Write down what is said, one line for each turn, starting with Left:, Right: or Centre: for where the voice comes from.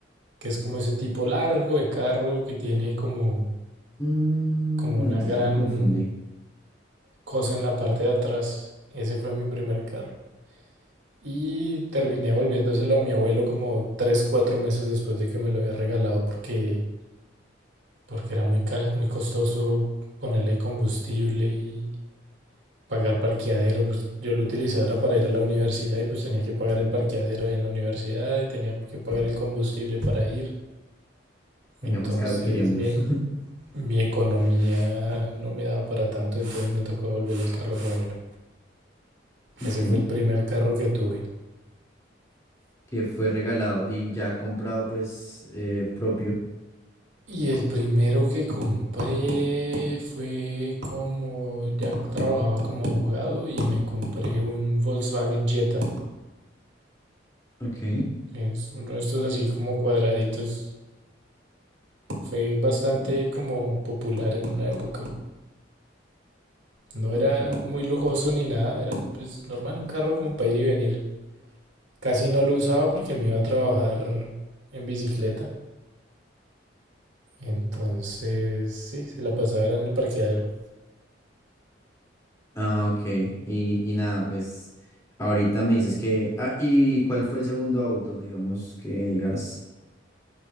Right: que es como ese tipo largo de carro que tiene como,
Left: Mm,
Right: como
Left: no,
Right: una
Left: entonces
Right: gran
Left: lo confundí,
Right: cosa en la parte de atrás. Ese fue mi primer carro. Y terminé volviéndoselo a mi abuelo como 3 4 meses después de que me lo había regalado porque, porque era muy caro, muy costoso ponerle combustible y pagar parqueadero. Pues yo lo utilizaba era para ir a la universidad y pues tenía que pagar el parqueadero ahí en la universidad y tenía que pagar el combustible para ir.
Left: Sería
Right: Entonces,
Left: más caro que ir en bus.
Right: bien,
Left: <laughs>
Right: Mi economía no me daba para tanto, entonces me tocó devolverle el carro a mi abuelo.
Left: Ok,
Right: Ese fue el primer carro que tuve.
Left: que fue regalado y ya comprado pues eh, propio.
Right: Y el primero que compré fue como, ya trabajaba como abogado y me compré un Volkswagen Jetta.
Left: Ok,
Right: Es uno de estos así como cuadraditos. Fue bastante
Left: golf,
Right: como popular en una época. No era
Left: ok.
Right: muy lujoso ni nada, era pues normal, un carro como para ir y venir. Casi no lo usaba porque me iba a trabajar en bicicleta. Entonces, sí, se la pasaba era en el parqueadero.
Left: Ah, ok. Y, y nada, pues ahorita me dices que... Ah, ¿y cuál fue el segundo auto? Digamos que digas...